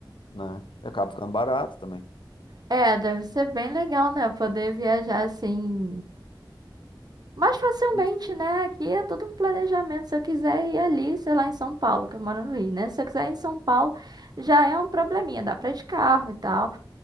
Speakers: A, on the left; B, on the right.
A: né? E acaba ficando barato também.
B: É, deve ser bem legal, né? Poder viajar assim mais facilmente,
A: Isso.
B: né? Aqui é tudo um planejamento. Se eu quiser ir ali, sei lá, em São Paulo, que eu moro no Rio, né? Se eu quiser ir em São Paulo, já é um probleminha. Dá pra ir de carro e tal,